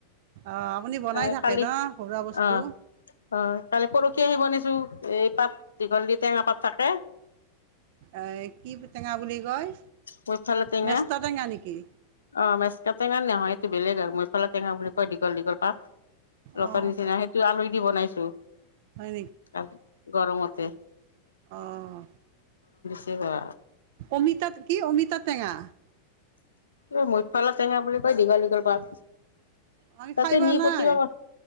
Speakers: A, on the right (about 50°); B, on the left (about 70°).
A: অঁ আপুনি বনাই
B: এ
A: থাকে
B: কালি
A: ন ঘৰুৱা বস্তু
B: অ আহ কালি পৰহি আহিব নিছো এই পাত দীঘল দি টেঙা পাত থাকে
A: এ কি টেঙা বুলি কয়?
B: মইফালে টেঙা
A: মেষ্টা নেকি
B: অ মেচকা টেঙা নেহয় এইটো বেলেগ আৰু মই সফালা টেঙা বুলি কয় দীঘল দীঘল পাত লগত
A: অঁ
B: নিচিনা সেইটো আলু দি বনাইছো।
A: হয়
B: আৰু গৰমতে
A: আহ!
B: সিবা!
A: অমিতা কি অমিতা টেঙা।
B: এই মুইফালা টেঙা বুলি কয় দীঘল দীঘল পাত।
A: আমি
B: তাতে
A: খাই পোৱা
B: নি
A: নাই
B: পুতিব,